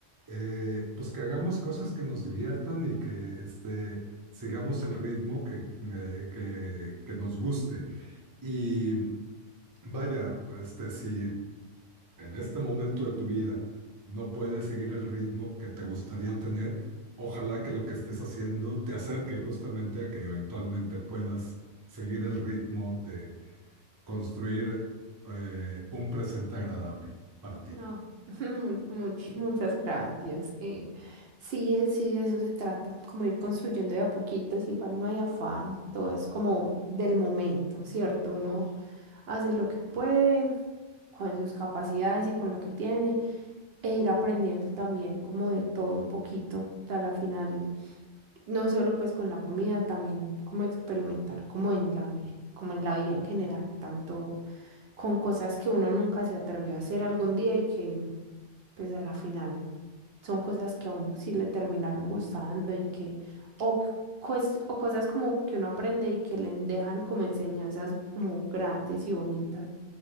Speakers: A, on the right; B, on the right.
A: eh, pues que hagamos cosas que nos diviertan y que este, sigamos el ritmo que, eh, que, que nos guste. Y vaya, este, si en este momento de tu vida no puedes seguir el ritmo que te gustaría tener, ojalá que lo que estés haciendo te acerque justamente a que eventualmente puedas seguir el ritmo de construir eh, un presente agradable para ti.
B: No, <laughs> mu- much- muchas gracias. Eh, sí, eh, sí, de eso se trata, como ir construyendo de a poquitos, igual no hay afán, todo es como del momento, ¿cierto? Uno hace lo que puede con sus capacidades y con lo que tiene e ir aprendiendo también como de todo un poquito. A la final no solo pues con la comida, también como experimentar, como en la vida, como en la vida en general, tanto con cosas que uno nunca se atrevió a hacer algún día y que pues a la final son cosas que a uno sí le terminaron gustando y que, o, c- pues, o cosas como que uno aprende y que le dejan como enseñanzas como grandes y bonitas.